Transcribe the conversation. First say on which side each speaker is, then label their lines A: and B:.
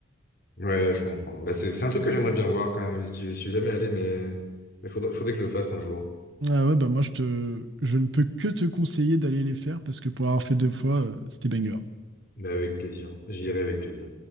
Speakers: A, on the left; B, on the right.
A: Ouais, je comprends. Bah, c'est, c'est un truc que j'aimerais bien voir quand même. Je suis je suis jamais allé, mais mais faudrait, faudrait que je le fasse un jour.
B: Ah ouais, bah moi, je te, je ne peux que te conseiller d'aller les faire parce que pour avoir fait deux fois, euh, c'était banger.
A: Mais avec plaisir. J'irai avec plaisir.